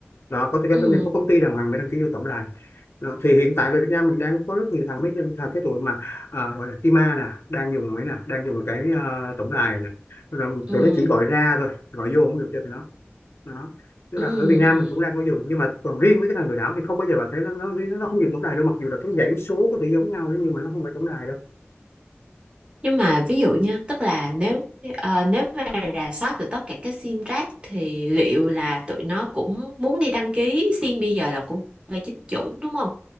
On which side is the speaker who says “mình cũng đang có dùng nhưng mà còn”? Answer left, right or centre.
Left